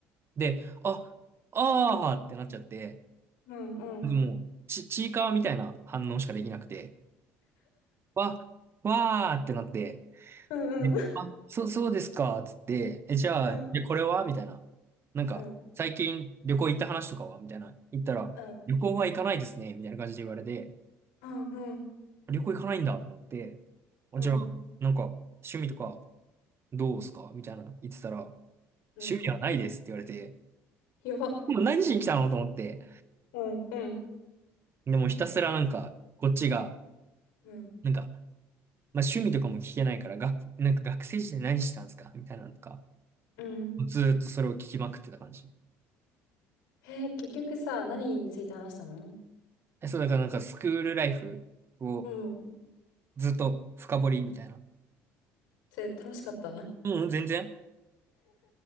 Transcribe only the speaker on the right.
で、あ、あーってなっちゃって、
もう、ち、ちいかわみたいな反応しかできなくて、わ、わーってなって、
であ、
そ、そうですか、つって、え、じゃあ、
で、これはみたいな。なんか、
最近旅行行った話とかはみたいな。言ったら、
旅行は行かないですね、みたいな感じで言われて、
旅行行かないんだと思って、あじゃあ、
なんか、趣味とかどうすかみたいな言ってたら、趣味はないですって言われて、
もう何しに来たのと思って、
でもひたすらなんか、こっちが、
なんか、まあ、趣味とかも聞けないから、が、なんか学生時代何してたんですかみたいなのとか、
ずーっとそれを聞きまくってた感じ。
え、そう、だからなんかスクールライフを
ずっと深掘りみたいな。
うん、全然。